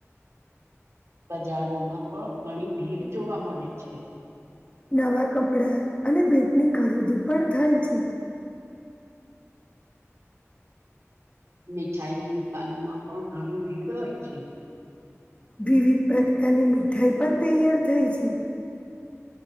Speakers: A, on the right (about 65°); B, on the left (about 25°).
A: બજારોમાં પણ ઘણી ભીડ જોવા મળે છે.
B: નવા કપડા અને ભેટની ખરીદી પણ થાય છે.
A: મીઠાઈની દુકાનો માં પણ ઘણી ભીડ હોય છે.
B: વિવિધ પ્રકારની મીઠાઈ પણ તૈયાર થાય છે.